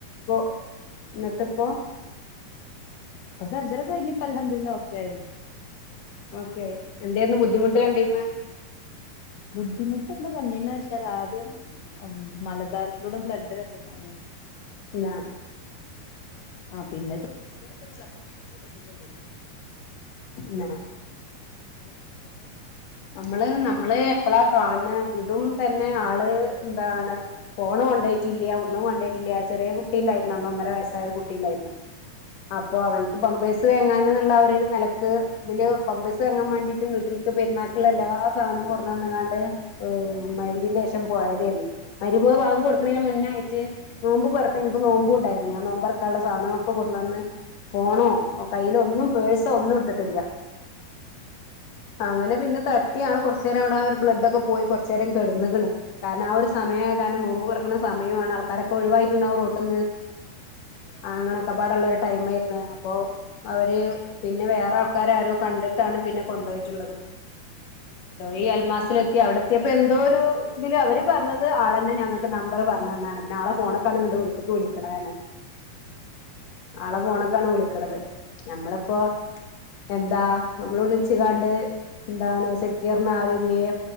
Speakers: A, on the left; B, on the left.
A: ഓം, എന്നിട്ട്പ്പോ.
B: പ്പ സർജറി ഒക്കെകഴിഞ്ഞ് ഇപ്പൊ അൽഹമ്ദുലില്ല ഒക്കെ ആയിനു.
A: ഓക്കെയി എന്ധെനു ബുദ്ധി ബുദ്ധിമുട്ട് കണ്ടിന്ന്?
B: ബുദ്ധിമുട്ട് എന്താ കണ്ടിനു വച്ചാൽ ആദ്യം മലദോരത്തിലൂടെ ബ്ലഡ് വരണ്ടായിരുന്നു.
A: ആ.
B: ആ പിന്നെ <unintelligible> ച്ച് അധികയിട്ടില്ല സക്കന്റ് സ്റ്റേജ് എത്തീട്ടൊളളേനു.
A: എന്നെ.
B: ഫസ്റ്റില് ശ്രദ്ധിച്ചോണ്ട്
A: നമ്മള് നമ്മള്
B: അതന്നെ
A: എപ്പളാ
B: ജീവിതം
A: കാണ് ഇതും തന്നെ ആള് എന്താണ്, ഫോണ് കൊണ്ടോയിട്ടില്ല ഒന്നും കൊണ്ടോട്ടില്ല ചെറിയ കുട്ടിണ്ടായിരുന്നു അന്ന് ഒന്നര വയസ്സായരു കുട്ടിണ്ടായിരുന്നു. അപ്പൊ
B: ഓ
A: അവൻക്ക് പമ്പയ്സ് വേങ്ങാൻന്നുള്ള ഒര് നലക്ക് തില് പമ്പസ്
B: പോയതാണ്
A: വാങ്ങാൻ വേണ്ടീട്ട് വീട്ടിൽക്ക് പെര്ന്നാക് ള്ളഎല്ലാ സാനം കൊട്ന്നന്ന്കാണ്ട് മഹ്രിബിന്റെ ശേഷം പോയതേരുന്നു. മരി രിബ് ബാങ്ക് കൊട്ക്ക്ണേന്റെ
B: ഏ
A: മുന്നായിട്ട് നോമ്പ് പൊറക്കാൻ ൻക്ക് നോമ്പു ണ്ടായിരുന്നു. ഞാൻ നോമ്പ്റക്കാള്ള സാധനങ്ങളൊക്കെ കൊടുന്ന് തന്ന് ഫോണോ കയ്യിലോ ഒന്നും പേഴ്സോ ഒന്നും എടുത്തിട്ടില്ല.
B: ഉം.
A: അങ്ങനെ പിന്നെ തട്ടിയാണ് കുറച്ച്നേരം അവിടെ ആ ഒരു ബ്ലഡ് ഒക്കെ പോയി കുറച്ച് നേരം കിടന്ന്, ക്ണ്കാരണം ആ ഒരു സമമായകാരണം
B: അതെല്ലേ
A: നോമ്പ് പറക്ക്ണ സ സമയാണ്ആൾക്കാരെക്കെ ഒഴിവായിട്ടുണ്ടാവും റോട്ട്ന്ന്,
B: അതെ അതെ
A: അങ്ങനൊക്കെ പാടെള്ളൊരു ടൈം ആയിരുന്നു. അപ്പൊ അവര് പിന്നെ വേറെ ആൾക്കാര ആരോ കണ്ടിട്ടാണ് പിന്നെ കൊണ്ടോയിട്ടുള്ളത്.
B: അതെല്ലേ
A: ഈ അൽമാസിലെ അവിടെ ത്തിഅവിടെത്തി യപ്പംഎന്തോ ഒരു ഇതില് അവര് പറഞ്ഞത് ആളന്നെ ഞങ്ങക്ക് നമ്പർ പറഞ്ഞന്നാണ് പിന്നെ ആളെ ഫോണ്ക്കാണ് ങ്ങട്ട് വീട്ട്ക്ക് വിളിക്ക് ണെ ന്നെ
B: ആ
A: ആളെ ഫോണ്ക്കാണ് വിളിക്കണത് നഞമ്മളിപ്പോ
B: അതെല്ലേ
A: എന്താ നമ്മൾ വിളിച്ച് കാണ്ട് എന്താണ് സെക്കീറ് ന് ആരുല്യേ